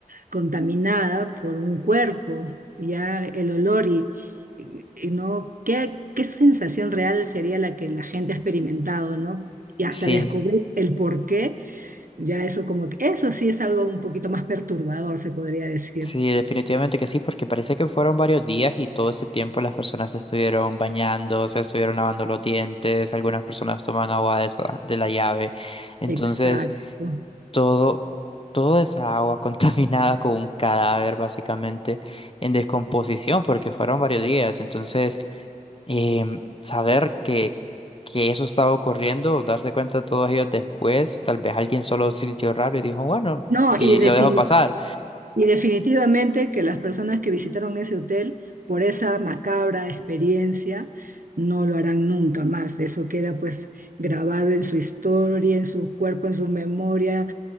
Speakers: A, on the right; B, on the left.
A: contaminada por un cuerpo, ya el olor y, y- y no, ¿qué, qué sensación real sería la que la gente ha experimentado, ¿no? Y hasta
B: Sí,
A: descubrir el porqué ya eso como que, eso sí es algo un poquito más perturbador, se podría decir.
B: Sí, definitivamente que sí, porque parece que fueron varios días y todo ese tiempo las personas se estuvieron bañando, se estuvieron lavando los dientes, algunas personas toman agua de esa, de la llave. Entonces,
A: Exacto.
B: todo, toda esa agua <laughs> contaminada con un cadáver básicamente en descomposición, porque fueron varios días. Entonces, em, saber que, que eso estaba ocurriendo, darse cuenta todos ellos después, tal vez alguien solo sintió raro y dijo, bueno,
A: No,
B: y
A: y, defini-
B: lo dejó pasar.
A: y definitivamente que las personas que visitaron ese hotel por esa macabra experiencia no lo harán nunca más. Eso queda pues grabado en su historia, en su cuerpo, en su memoria.